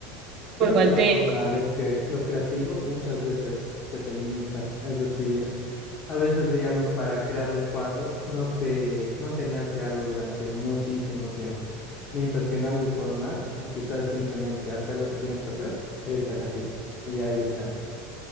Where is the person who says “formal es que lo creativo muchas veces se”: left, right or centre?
Left